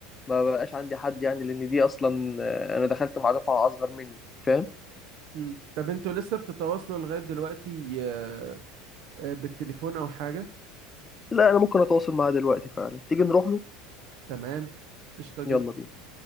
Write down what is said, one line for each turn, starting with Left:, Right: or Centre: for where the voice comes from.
Left: ما بقاش عندي حد يعني لأن دي أصلا آه، أنا دخلت مع دفعة أصغر مني فاهم؟
Right: مم. طب انتوا لسه بتتواصلوا لغاية دلوقتي آه، آه، بالتليفون او حاجة
Left: لا أنا ممكن أتواصل معاه دلوقتي فعلا تيجي نروح له
Right: تمام قشطة جدا
Left: يلا بينا